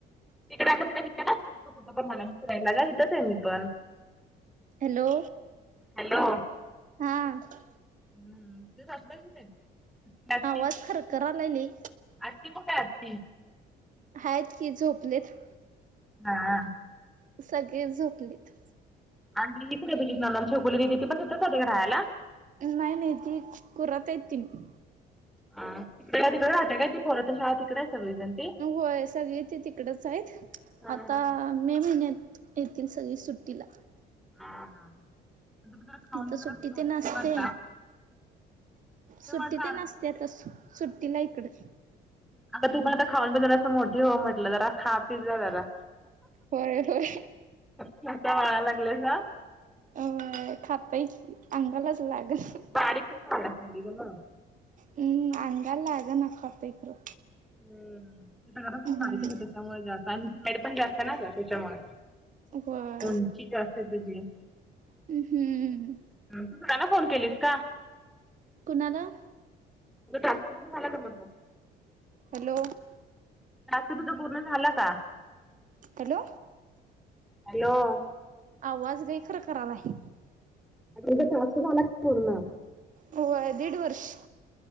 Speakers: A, in the centre; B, on the right.
A: तिकडं <unintelligible> विचारलस? <unintelligible> आग इथच हाय मी पण.
B: हॅलो
A: हॅलो
B: हा <inaudible>
A: हम्म तुझ्या सासूबाई कुठं आहेत? आत्ती
B: आवाज खरखरालाय लय.
A: आत्ती ती कुठं असती?
B: आहेत की झोपलेत?
A: हा
B: सगळीच झोपलीत.
A: आणि ती ही कुठं गेली नणंद छकुली दिदी ती पण तिथंच होती काय राहायला?
B: नाही, नाही ती कुरात य तिनी
A: हा पहिला तिकड राहत्या काय ती पोरं तेन राहाय तिकड हाय सगळीजण ती?
B: होय सगळी ती तिकडच आहेत
A: हा
B: आता
A: हा.
B: मे महिन्यात येतील सगळी सुट्टीला.
A: <inaudible> आता जरा खाऊन
B: आता
A: तर जरा
B: सुट्टी
A: मोठी
B: तेन आसते,
A: हो आता. आता
B: सुट्टी तेन आस ती आता सु सुट्टीला इकड.
A: आता तू पण आता खाऊन पिऊन जरा असं मोठी हो म्हटलं जरा खा पी जा जरा
B: होय होय
A: स्वतः वाळाय लागलायसा.
B: अ होय खातोय की, अंगालाच लागत ह
A: बारीकच व्यायल्यास एवढी का म?
B: हम आंगाला लागना खातोय खरं.
A: हम लग्नात
B: हम्म
A: बारीकच होतो त्यामुळ जे आता आणि तरी पण जा होते ना ग त्याच्यामुळे,
B: होय
A: उंची जास्त हाय तुझी.
B: ह हम्म.
A: तू सरांना फोन केलीस का?
B: कुणाला?
A: तुझा टास्क पुर्ण झाला का मग तो?
B: हॅलो.
A: टास्क तुझा पूर्ण झाला का?
B: <inaudible> हॅलो.
A: हॅलो. <inaudible>
B: आवाज लय खरखरालाय.
A: आ तुझा टास्क झाला का पुर्ण?
B: होय दिड वर्ष.